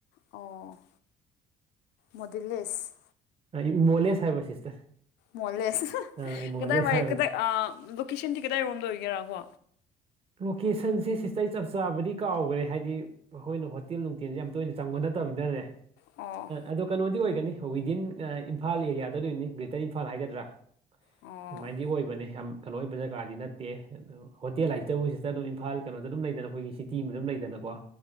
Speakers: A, on the left; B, on the right.
A: ꯑꯣ ꯃꯣꯗꯤꯂꯤꯁ
B: ꯑꯥ ꯏꯃꯣꯂꯦꯁ ꯍꯥꯏꯕ ꯁꯤꯁꯇꯔ
A: ꯃꯣꯂꯦꯁ
B: ꯑꯥ ꯏꯃꯣꯂꯦꯁ
A: ꯀꯗꯥꯏꯋꯥꯏ
B: ꯍꯥꯏꯕ
A: ꯀꯗꯥꯏ ꯑꯥ ꯂꯣꯀꯦꯁꯟꯗꯤ ꯀꯗꯥꯏꯔꯣꯝꯗ ꯑꯣꯏꯒꯦꯔꯥ ꯀꯣ
B: ꯂꯣꯀꯦꯁꯟꯁꯦ ꯁꯤꯁꯇ ꯆꯞ ꯆꯥꯕꯗꯤ ꯀꯥꯎꯈ꯭ꯔꯦ ꯍꯥꯏꯗꯤ ꯑꯩꯈꯣꯏꯅ ꯍꯣꯇꯦꯜ ꯅꯨꯡꯇꯦꯜꯁꯦ ꯌꯥꯝ ꯇꯣꯏꯅ ꯆꯪꯕ ꯅꯠꯇ ꯇꯝꯅꯤꯅꯅꯦ
A: ꯑꯣ
B: ꯑꯗꯣ ꯀꯩꯅꯣꯗꯤ ꯑꯣꯏꯒꯅꯤ ꯋꯤꯗꯤꯟ ꯏꯝꯐꯥꯜ ꯑꯦꯔꯤꯌꯥꯗꯗꯤ ꯑꯣꯏꯅꯤ ꯒ꯭ꯔꯦꯇꯔ ꯏꯝꯐꯥꯜ ꯍꯥꯏꯒꯗ꯭ꯔꯥ
A: ꯑꯣ
B: ꯑꯗꯨꯃꯥꯏꯅꯗꯤ ꯑꯣꯏꯕꯅꯦ ꯌꯥꯝ ꯀꯩꯅꯣ ꯑꯣꯏꯕ ꯖꯒꯥꯗꯤ ꯅꯠꯇꯦ ꯑꯗꯣ ꯍꯣꯇꯦꯜ ꯍꯥꯏ ꯑꯗꯨꯕꯨ ꯁꯤꯁꯇꯔ ꯑꯗꯨꯝ ꯏꯝꯐꯥꯜ ꯀꯩꯅꯣꯗ ꯑꯗꯨꯝ ꯂꯩꯗꯅ ꯑꯈꯣꯏꯒꯤ ꯁꯤꯇꯤꯗ ꯑꯗꯨꯝ ꯂꯩꯗꯅꯀꯣ